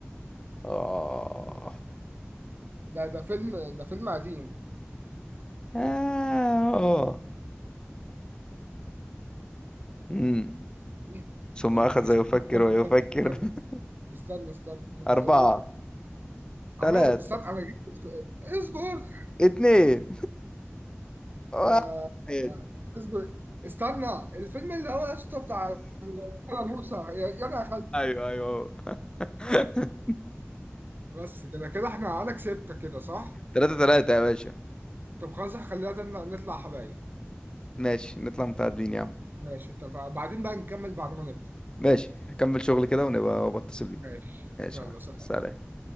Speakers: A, on the left; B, on the right.
A: اه
B: ده ده فيلم ده فيلم قديم
A: اه امم
B: إيه؟
A: ثم
B: يا
A: أخذ
B: رب استنى
A: يفكر
B: استنى
A: ويفكر
B: استنى استنى
A: <laughs>
B: استنى استنى
A: أربعة
B: هقوله عمال
A: ثلاثة
B: استنى انا جبت السؤال. اصبر
A: اتنين واحد
B: آه،
A: إيه
B: آه، اصبر استنى الفيلم اللي هو يا اسطى بتاع موسى يا يا انا يا خالتي
A: أيوه أيوه <laughs>
B: بس كده كده احنا انا كسبت كده صح
A: ثلاثة ثلاثة يا باشا
B: طب خلاص خلينا نطلع نطلع حبايب
A: ماشي نطلع متعادلين يا عم
B: ماشي اتفقنا بعدين بقى نكمل بعد ما نفضى
A: ماشي هكمل شغل كده ونبقى بتصل بيك
B: ماشي
A: ماشي
B: يلا سلام
A: سلام